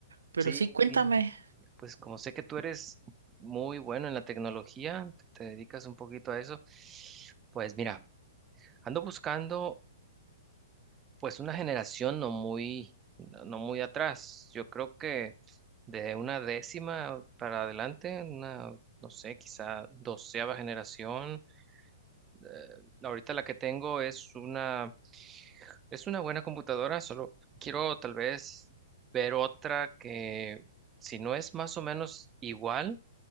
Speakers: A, on the right; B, on the right.
A: pero
B: sí,
A: sí, cuéntame.
B: sí, pues como sé que tú eres muy bueno en la tecnología, te dedicas un poquito a eso, pues mira, ando buscando pues una generación no muy, no no muy atrás. Yo creo que de una décima para adelante, una, no sé, quizá doceava generación. Eh, ahorita la que tengo es una, es una buena computadora, solo quiero tal vez ver otra que, si no es más o menos igual,